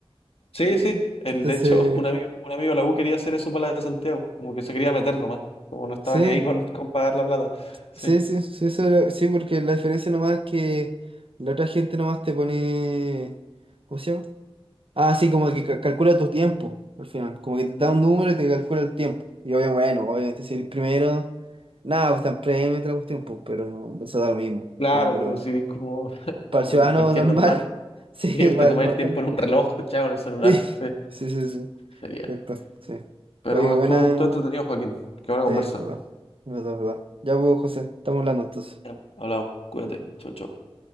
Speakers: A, on the left; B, on the right.
A: sí. sí,
B: <laughs>
A: El,
B: Entonces,
A: de hecho, un amigo, un amigo de la U quería hacer eso para la de Santiago. Como que se quería meter nomás. Como no estaba
B: sí,
A: ni ahí con, con pagar la plata. Sí.
B: sí, sí, sí, eso era- sí, porque la diferencia nomás es que la otra gente nomás te pone... ¿Cómo se llama? Ah, sí, como que ca- calcula tu tiempo al final. Como que te da un número y te calcula el tiempo. Y obviamente, bueno, obviamente si eres primero, nada, pues tan premio y un tiempo, pero no, eso da lo mismo.
A: Claro,
B: O sea, pero
A: pero sí, como, <laughs>
B: para
A: como
B: el ciudadano
A: el- cualquier
B: normal,
A: normal.
B: <laughs>
A: <laughs>
B: sí,
A: eh, Usted
B: para
A: toma
B: el mortal.
A: el tiempo en un reloj, chavo, en el celular.
B: Sí,
A: Sí,
B: sí, sí, sí.
A: sería.
B: Perfecto, sí.
A: Pero
B: Oye,
A: bueno,
B: qué buena.
A: estuvo, estuvo entretenido, Joaquín. Qué buena
B: Sí,
A: conversa.
B: es verdad. Es verdad, es verdad. Ya, pues, José, estamos hablando entonces.
A: Ya, Hablamos. Cuídate. Chau, chau.